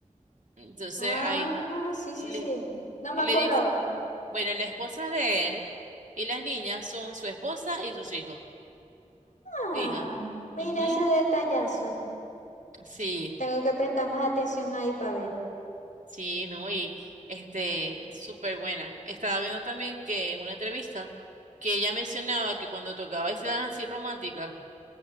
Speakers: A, on the right (about 70°); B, on the left (about 75°).
A: Entonces,
B: Ah,
A: ahí
B: sí, sí,
A: le,
B: sí. No me
A: le
B: acordaba.
A: dice, bueno, la esposa de él y las niñas son su esposa y sus hijos.
B: Ah,
A: Hija.
B: mira
A: Ujú,
B: ese detallazo.
A: Sí,
B: Tengo que prestar más atención ahí para ver.
A: sí, ¿no? Y este, súper buena. Estaba viendo también que en una entrevista que ella mencionaba que cuando tocaba escenas así románticas,